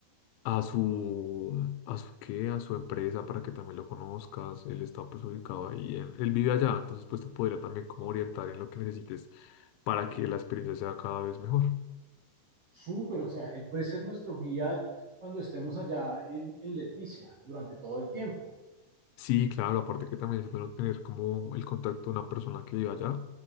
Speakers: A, on the left; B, on the right.
A: a su, a su, ¿qué? A su empresa para que también lo conozcas. Él está pues ubicado ahí, en- él vive allá, entonces pues te podría también como orientar en lo que necesites para que la experiencia sea cada vez mejor.
B: Súper, o sea, él puede ser nuestro guía cuando estemos allá en, en Leticia durante todo el tiempo.
A: Sí, claro, aparte que también es bueno tener como el contacto de una persona que vive allá